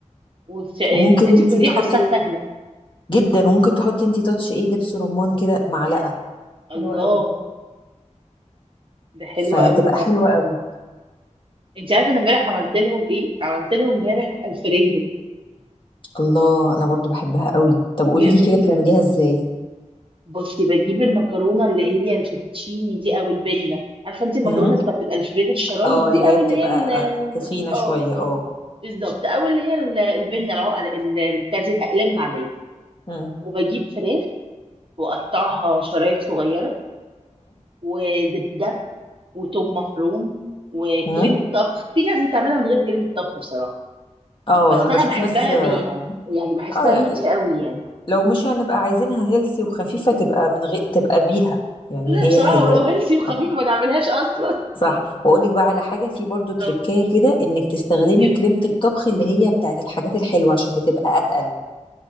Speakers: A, on the right (about 45°); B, on the left (about 40°).
A: والس... يعني
B: وممكن
A: اللي انت
B: انت
A: بتقوليه
B: تحطي
A: حاساها سهله
B: جدا وممكن تحطي انت تاتش ايه دبس رمان كده معلقة
A: الله
B: حلوة قوي
A: ده حلو
B: فهتبقى
A: قوي
B: حلوة قوي
A: انت عارفه انا امبارح عملت لهم ايه عملت لهم امبارح الفريدو
B: الله انا برضو بحبها قوي طب قولي
A: جميله
B: لي كده بتعمليها ازاي
A: بصي بجيب المكرونه اللي هي الفوتوتشيني دي او البنه عارفه انت المكرونه
B: امم
A: بتاعت الالفريدو الشرايط
B: اه
A: دي
B: اللي
A: او
B: هي بتبقى
A: اللي هي ال-
B: آه، تخينة
A: اه
B: شوية اه
A: بالظبط او اللي هي ال- البنه العقل- ال- ال- بتاع دي الاقلام العاديه
B: امم
A: وبجيب فراخ واقطعها شرايح صغيره وزبده وتوم مفروم وكريمه
B: امم
A: طبخ في ناس بتعملها من غير كريمه طبخ بصراحه
B: اه
A: بس
B: انا بشوف
A: انا بحبها
B: ناس اه
A: بيها يعني بحسها
B: آه،
A: ريتش قوي يعني
B: لو مش هنبقى عايزينها هيلثي وخفيفة تبقى من غير تبقى بيها يعني
A: لا
B: هي
A: بصراحة
B: هي
A: ولو هيلسي وخفيفة
B: آه،
A: ما نعملهاش أصلا
B: صح واقول لك بقى على حاجة في برضو تركاية
A: اه
B: كده انك تستخدمي
A: الجبن
B: كريمة الطبخ اللي هي بتاعت الحاجات الحلوة عشان بتبقى اتقل